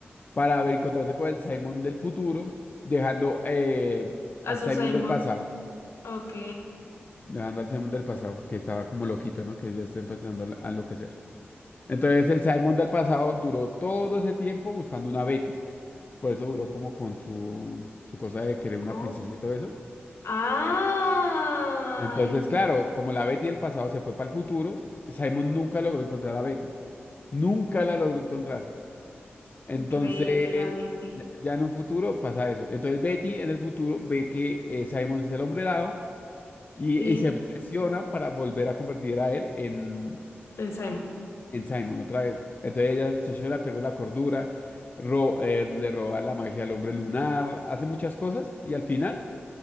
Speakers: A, on the left; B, on the left.
A: para ver- encontrarse con el Simon del futuro, dejando eh,
B: A
A: al
B: su
A: Simon
B: Simon.
A: del pasado.
B: Ok.
A: dejando al Simon del pasado, que estaba como loquito, ¿no? Que ya está empezando a enloquecer. Entonces el Simon del pasado duró todo ese tiempo buscando una Betty. Por eso duró como con su, su cosa de querer una
B: Oh.
A: princesa y todo eso.
B: ¡Ay!
A: Entonces, claro, como la Betty del pasado se fue para el futuro, Simon nunca logró encontrar a Betty. Nunca la logró encontrar. Entonces,
B: Increíble la Betty.
A: ya, ya en un futuro pasa eso. Entonces Betty en el futuro ve que eh, Simon es el hombre helado y,
B: Sí,
A: y se obsesiona para volver a convertir a él en,
B: en Simon.
A: en Simon otra vez. Entonces ella se obsesiona, pierde la cordura, ro- eh, le roba la magia al hombre lunar, hace muchas cosas y al final